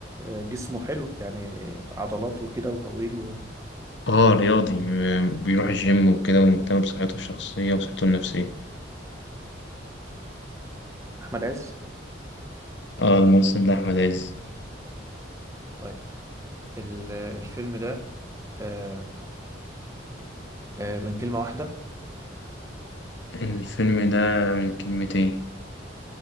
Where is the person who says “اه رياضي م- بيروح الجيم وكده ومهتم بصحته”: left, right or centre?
Left